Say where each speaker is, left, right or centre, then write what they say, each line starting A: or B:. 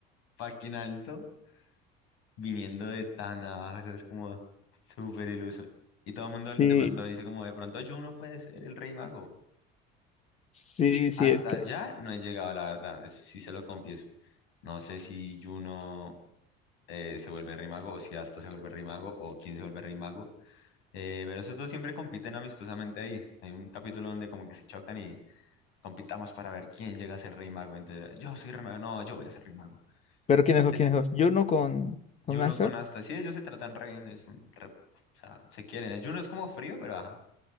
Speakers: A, on the left (about 70°); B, on the left (about 30°).
A: fucking alto, viniendo de tan abajo, o sea, es como súper iluso, y todo el mundo de
B: Sí,
A: pronto dice como, de pronto Juno puede ser el rey mago,
B: sí, sí,
A: Hasta
B: es que.
A: allá no he llegado, la verdad, eso sí se lo confieso. No sé si Juno eh, se vuelve Rimago o si Asta se vuelve Rimago o quién se vuelve Rimago. Eh, pero esos dos siempre compiten amistosamente ahí. Hay un capítulo donde como que se chocan y compitamos para ver quién llega a ser Rimago. Entonces, yo soy Rimago, no, yo voy a ser Rimago.
B: Pero quién es o
A: Sí,
B: quién es Yo no con,
A: Juno
B: con Asta.
A: con Asta, sí, ellos se tratan re bien, es un re- o sea, se quieren. El Juno es como frío, pero ajá.